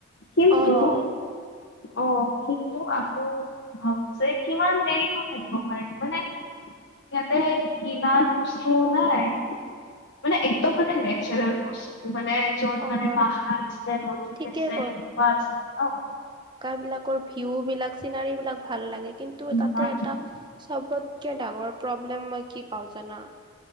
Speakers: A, on the left; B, on the right.
A: কিন্তু
B: অ',
A: অ', কিন্তু আকৌ ভাবোঁ যে কিমান দেৰিনু থাকিব পাৰিম মানে ইয়াতে কিনাৰ পস্তু নাই মানে একদম মানে নেচাৰেল বস্তু মানে যত
B: অ'।
A: মানে পাহাৰ আছে নদী আছে
B: ঠিকেই
A: সেনেকুৱা আছিল ন'
B: বিলাকৰ ভিউ বিলাক চিনাৰী বিলাক ভাল লাগে কিন্তু
A: ইমান
B: তাতে এটা
A: ধুনীয়া
B: চবত কে ডাঙৰ প্ৰব্লেম মই কি পাওঁ জানা,